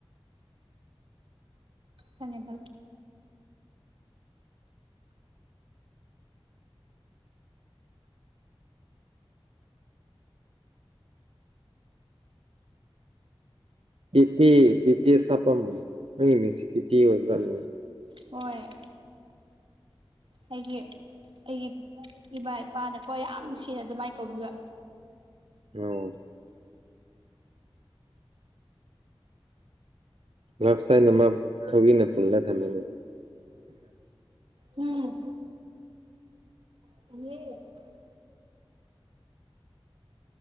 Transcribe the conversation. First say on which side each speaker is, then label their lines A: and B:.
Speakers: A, on the right; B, on the right.
A: ꯐꯅꯦ ꯐꯂꯨꯢ
B: ꯇꯤꯠꯇꯤ ꯇꯤꯇꯤ ꯁꯥꯄꯝ ꯅꯪꯒꯤ ꯃꯤꯡꯁꯦ ꯇꯤꯇꯤ ꯑꯣꯢꯕ꯭ꯔꯥ ꯎꯝ
A: ꯍꯣꯏ꯫ ꯑꯩꯒꯤ ꯑꯩꯒꯤ ꯏꯃꯥ ꯏꯄꯥꯅꯀꯣ ꯌꯥꯝ ꯅꯨꯡꯁꯤꯅ ꯑꯗꯨꯃꯥꯏꯅ ꯀꯧꯕꯤꯕ꯫
B: <inaudible> ꯂꯥꯞ ꯁꯥꯏꯟ ꯑꯃꯥ ꯊꯧꯒꯤꯅ ꯄꯨꯜꯂ ꯊꯝꯅꯤ꯫
A: ꯎꯝ꯫ <inaudible>